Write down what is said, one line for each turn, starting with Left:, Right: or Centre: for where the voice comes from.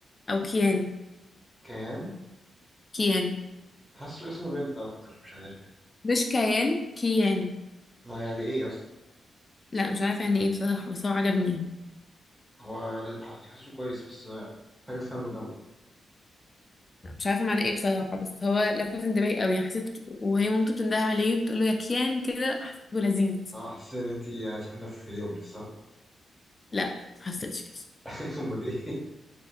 Left: او كيان
Centre: كيان
Left: كيان
Centre: حاسه اسم بنت اكتر مش عارف
Left: مش كيان كيان
Centre: ما يعني ايه اصلا
Left: لا مش عارفة يعني ايه بصراحة بس هو عجبني يعني.
Centre: هو ل- ح- حاسه كويس بس آه، محتاج افهمه الاول
Left: مش عارفة معناه ايه بصراحة بس هو لفت انتباهي قوي يعني حسيت وهي مامته بتنده عليه بتقول له يا كيان كده حسيته لذيذ
Centre: اه حاسس ان انت ساكنه في هليوبلس صح
Left: لا حسيتش كده
Centre: <laughs> امال ايه